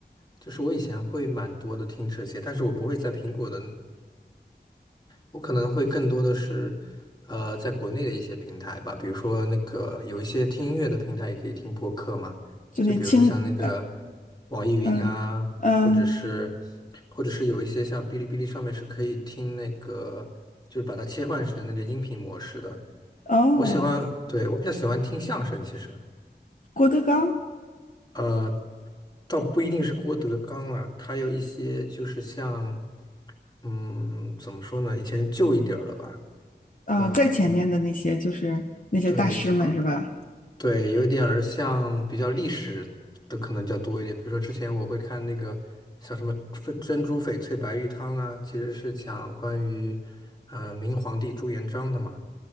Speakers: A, on the left; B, on the left.
A: 就是我以前会蛮多的听这些，但是我不会在苹果的那我可能会更多的是，呃，在国内的一些平台吧，比如说那个有一些听音乐的平台也可以听播客嘛，
B: 就那清，
A: 就比如说像那个
B: 呃，
A: 网易云啊，
B: 嗯嗯，
A: 或者是或者是有一些像哔哩哔哩上面是可以听那个，就是把它切换成那个音频模式的。
B: 哦，
A: 我喜欢，对，我比较喜欢听相声，其实。
B: 郭德纲，
A: 呃。倒不一定是郭德纲啦，他有一些就是像，嗯，怎么说呢？以前旧一点儿的吧，
B: 啊，
A: 呃，
B: 呃在前面的那些就是那些大师们是吧？
A: 我对，就呃，对，有一点儿像比较历史的可能较多一点。比如说之前我会看那个像什么翡珍珠翡翠白玉汤啊，其实是讲关于呃明皇帝朱元璋的嘛。